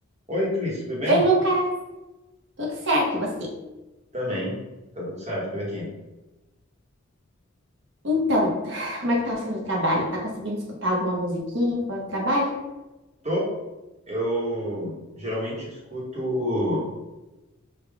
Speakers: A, on the right (about 35°); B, on the right (about 60°).
A: Oi, Cris, tudo bem?
B: Oi, Lucas, tudo certo e você?
A: Também, tá tudo certo por aqui.
B: Então, como é que tá sendo o seu trabalho? Tá conseguindo escutar alguma musiquinha enquanto trabalha?
A: Tô, eu geralmente escuto